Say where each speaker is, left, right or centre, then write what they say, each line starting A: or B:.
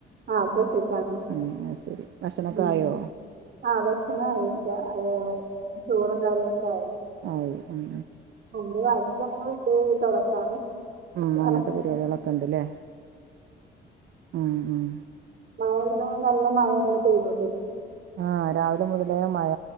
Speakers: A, on the right; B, on the right.
A: ആഹ് ഇപ്പം ഒറ്റക്കാണ്
B: ഉം അഹ് ശരി ഭക്ഷണൊക്കെ
A: ഉം
B: ആയോ
A: ആഹ് ഭക്ഷണമായി ഏഹ് ചോറും കറിയൊക്കെ ആയി
B: ആയി ഉം
A: <unintelligible>
B: ഉം
A: <unintelligible>
B: അങ്ങനത്തെ പരിപാടികളൊക്കെ ഉണ്ടല്ലേ ഉം ഉം
A: മഴ നല്ല മഴ ഇങ്ങനെ പെയ്തോണ്ടിരിക്കാ
B: ആഹ് രാവിലെ മുതലേ മഴ